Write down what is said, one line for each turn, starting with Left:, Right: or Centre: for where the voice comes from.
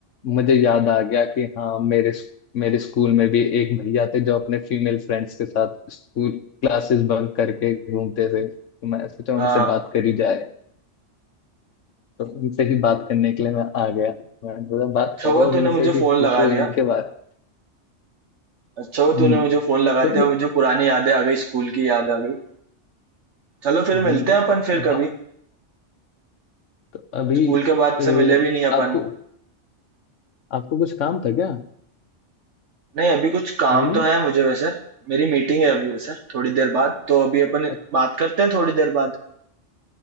Left: मुझे याद आ गया कि हाँ मेरे मेरे स्कूल में भी एक भैया थे जो अपने फीमेल फ्रेंड्स के साथ स्कूल क्लासेस बंक करके घूमते थे तो मैं सोचा
Right: हाँ
Left: उनसे बात करी जाए तो उनसे ही बात करने के लिए मैं आ गया मैंने बोला बात
Right: अच्छा
Left: करो
Right: हुआ
Left: अब
Right: तूने
Left: इनसे
Right: मुझे
Left: कि
Right: फोन
Left: पूछो
Right: लगा
Left: इनके
Right: दिया
Left: बारे
Right: अच्छा हुआ
Left: हम्म,
Right: तूने मुझे फोन लगा
Left: तो
Right: दिया
Left: नहीं
Right: मुझे पुरानी यादें आ गई स्कूल की याद आ गई चलो फिर
Left: तो
Right: मिलते
Left: नहीं बेटा,
Right: हैं अपन फिर कभी।
Left: वाह तो अभी
Right: स्कूल के बाद
Left: अ,
Right: से मिले भी नहीं अपन।
Left: आपको आपको कुछ काम था क्या
Right: नहीं, अभी कुछ काम
Left: है भैया
Right: तो है मुझे वैसे। मेरी मीटिंग है अभी वैसे थोड़ी देर बाद, तो अभी अपन
Left: अच-
Right: बात करते हैं थोड़ी देर बाद।